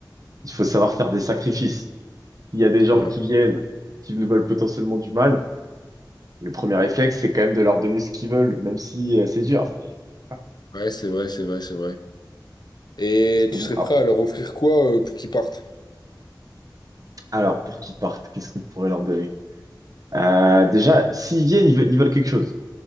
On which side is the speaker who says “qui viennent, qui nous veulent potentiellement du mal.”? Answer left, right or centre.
Right